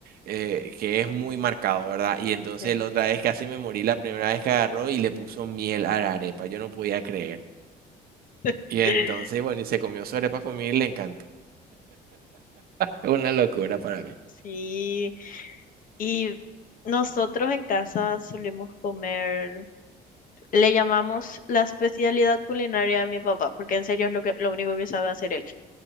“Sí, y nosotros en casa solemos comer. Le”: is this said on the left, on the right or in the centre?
Left